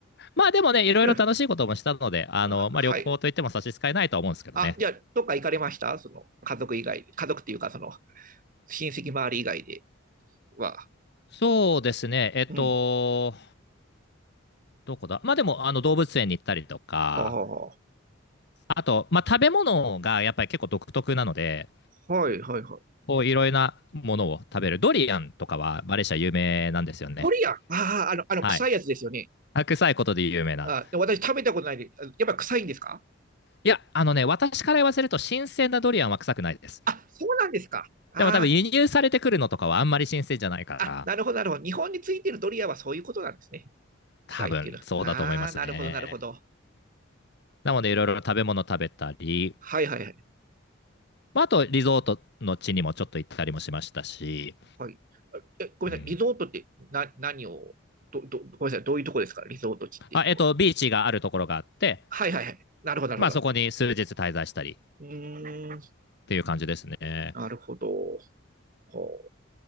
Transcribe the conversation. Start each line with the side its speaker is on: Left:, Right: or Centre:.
Left: まあでもね、いろいろ楽しいこともしたので、
Right: たら。<laughs>
Left: あの、
Right: うんあ、
Left: まあ旅行といっても差し支えないとは思うんですけどね。
Right: はい。あ、じゃあ、どっか行かれましたその、家族以外、家族っていうか、その、親戚周り以外では。
Left: そうですね、えっと、
Right: うん。
Left: どこだまあでも、あの、動物園に行ったりとか、
Right: ああ、は
Left: あと、まあ食べ物がやっぱり結構独特なので、
Right: いはいはい。
Left: こういろいろなものを食べる。ドリアンとかはマレーシア有名なんですよね。
Right: ドリアン。ああ、あの、あの、
Left: はい。
Right: 臭いやつですよね。
Left: 臭いことで有名な。
Right: あ、で私食べたことないで、あやっぱ臭いんですか
Left: いや、あのね、私から言わせると新鮮なドリアンは臭くないです。
Right: あ、そうなんですか。あ
Left: でも多分輸入されてくるのとかはあんまり新鮮じゃないから、
Right: あ、あ、なるほどなるほど。日本についてるドリアンはそういうことなんですね。
Left: 多分そうだと思いますね。
Right: 臭いっていうの。ああ、なるほどなるほど。
Left: なのでいろいろ食べ物食べたり、
Right: はいはいはい。
Left: まあ、あとリゾートの地にもちょっと行ったりもしましたし、
Right: はい。あえ、ごめんなさい。
Left: うん
Right: リゾートってな、何を、ど、ど、ごめんなさい。どういうとこですかリゾート地っていうのは。
Left: あえっと、ビーチがあるところがあって、
Right: はいはいはい。なるほど、
Left: まあ、
Right: なるほど。
Left: そこに数日滞在したりっ
Right: うーん、
Left: ていう感じですね。
Right: なるほど。ほ